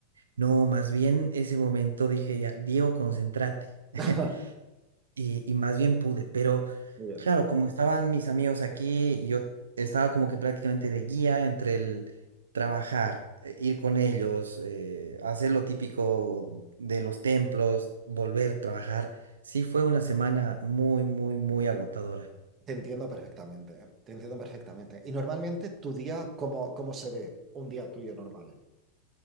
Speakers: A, on the right; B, on the right.
A: No, más bien ese momento dije, ya, Diego, concéntrate. <laughs>
B: <laughs>
A: y, y más bien pude, pero
B: Muy bien.
A: claro, como estaban mis amigos aquí, yo estaba como que prácticamente de guía entre el trabajar, eh, ir con ellos, eh, hacer lo típico de los templos, volver a trabajar. Sí fue una semana muy, muy, muy agotadora.
B: Te entiendo perfectamente, te entiendo perfectamente. Y normalmente tu día, ¿cómo, cómo se ve un día tuyo normal?